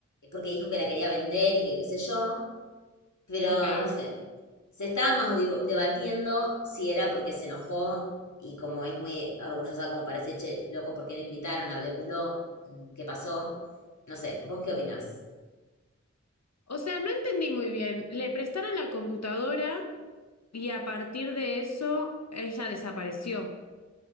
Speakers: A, on the left; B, on the left.
A: porque dijo que la quería vender y que qué sé yo. Pero
B: Ok.
A: no sé, se estaba más divo- debatiendo si era porque se enojó y como es muy orgullosa como parece, che, loco, ¿por qué no invitaron? Hablemoslo, mm, ¿qué pasó? No sé, ¿vos qué opinás?
B: O sea, no entendí muy bien. Le prestaron la computadora y a partir de eso ella desapareció.